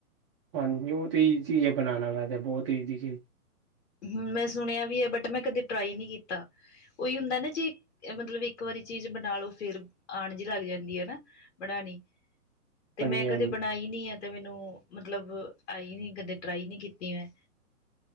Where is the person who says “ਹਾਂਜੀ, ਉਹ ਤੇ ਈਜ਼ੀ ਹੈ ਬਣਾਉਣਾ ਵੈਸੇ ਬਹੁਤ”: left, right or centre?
Right